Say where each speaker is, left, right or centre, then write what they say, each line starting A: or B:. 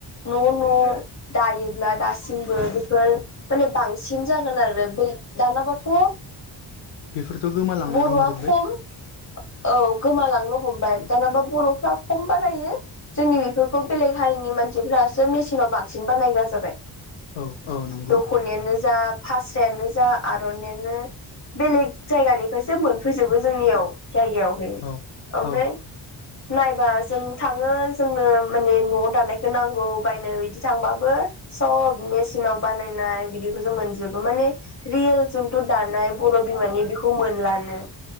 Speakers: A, on the left; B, on the left.
A: न' न' दायोब्ला दासिमबो बेफोर माने बांसिन जागोन आरो दानाबाथ'
B: बेफोरथ' गोमालांनोनो
A: बर'आ
B: हमजोबबाय
A: खम औ गोमालांनो हमबाय दानाबा बर'फ्रा खम बानायो जोंनि बेफोरखौ बेलेग हारिनि मानसिफोरासो मेसिनाव बांसिन बानायग्रा जाबाय।
B: औ औ नंगौ
A: दख'नायानो जा फास्रायानो आरनायानो बेलेग जायगानिफ्राइसो फैजोबो जोंनियाव जायगायाव होयो
B: औ
A: ओमफ्राय
B: औ
A: नायबा जों थाङो जोंनो माने न'आव दानायखौ नांगौ बायनो बिदि थांबाबो सब मेसिनाव बानायनाय बिदिखौ जों मोनजोबो माने रियेल जोंथु दानाय बर' बिमानि बेखौ मोनलानो।